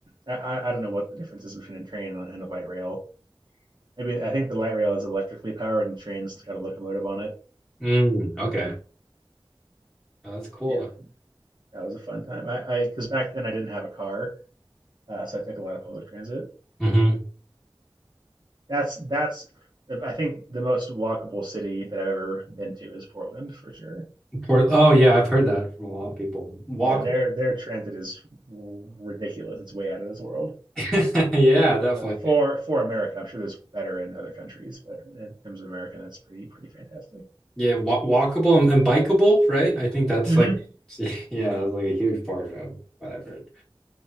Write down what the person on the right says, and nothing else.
I, I don't know what the difference is between a train and a light rail. Maybe I think the light rail is electrically powered and trains got a locomotive on it.
Yeah, that was a fun time. I because back then I didn't have a car, uh, so I took a lot of public transit.
That's that's I think the most walkable city that I've ever been to is Portland for sure.
Yeah, their their transit is ridiculous. It's way out of this world.
Uh, for for America, I'm sure there's better in other countries, but in terms of America, that's pretty pretty fantastic.
hmm